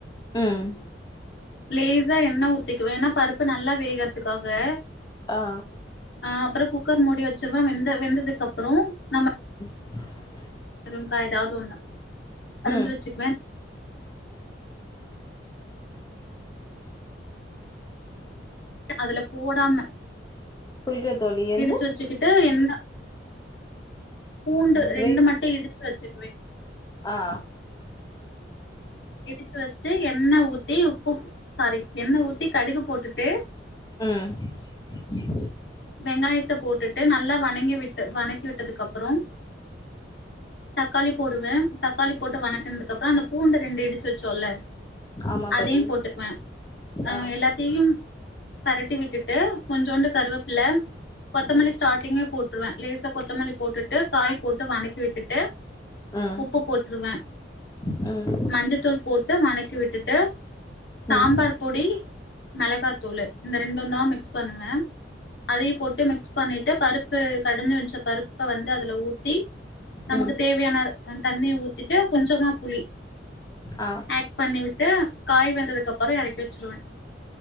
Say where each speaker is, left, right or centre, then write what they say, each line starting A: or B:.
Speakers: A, on the left (about 20°); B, on the left (about 65°).
A: உம்
B: லேசா எண்ண ஊத்திக்குவே ஏன்னா பருப்பு நல்லா வேகரதுக்காக
A: ஆ
B: அஹ் அப்ரோ குக்கர் மூடி வச்ருவே வெந்த வெந்ததுக்கு அப்ரோ நம்ம
A: ஹ
B: முறுங்க்கா ஏதாவது ஒண்ணு அறுஞ்சு
A: ம்
B: வச்சுக்குவேன் அதுல போடாம
A: புரில தோழி என்னது
B: இடுச்சு வச்சுக்கிட்டு எண்ண பூண்டு
A: பிரேக்
B: ரெண்டு மட்டும் இடுச்சு வச்சுக்குவேன்
A: ஆ
B: இடுச்சு வச்சு எண்ண ஊத்தி உப்பு சாரி எண்ண ஊத்தி கடுகு போட்டுட்டு
A: உம்
B: வெங்காயத்த போட்டுட்டு நல்லா வணங்கி விட்டு வணங் கி விட்டதுக்கு அப்பறோம் தக்காளி போடுவேன் தக்காளி போட்டு
A: ம்
B: வணக்கனதுக்கு அப்புறம் அந்த பூண்ட ரெண்டு இடுச்சு வச்சோல்ல
A: ஆமா
B: அதையும்
A: தோழி
B: போட்டுக்குவேன் அஹ்
A: ஆ
B: எல்லாத்தையும் பெறட் டி விட்டுட்டு கொஞ்சோண்டு கருவ பில்ல கொத்தமல்லி
A: ம்
B: ஸ்டார்டிங்லயே போட்டுருவேன் லேசா கொத்தமல்லி போட்டுட்டு காய் போட்டு வணக்கி விட்டுட்டு
A: ம் ம்
B: உப்பு போட்டுருவேன்
A: ம்
B: மஞ்சதூள் போட்டு வணக் த்தி விட்டுட்டு சாம்பார்பொடி
A: ம்
B: மெளகாத்தூளு இந்த ரெண்டுந்தா மிக்ஸ் பண்ணுவே அதயு போட்டு மிக்ஸ் பண்ணிட்டு பருப்பு கடஞ்சு வெஞ்ச பருப்ப வந்து அதுல ஊத்தி நமக்கு
A: ம்
B: தேவையான அ தண்ணிய ஊத்திட்டு கொஞ்சமா புளி
A: ஆ
B: ஏக் பண்ணி விட்டு காய் வ ந்ததுக்கு அப்பறோ எறக்கி வெச்சிருவே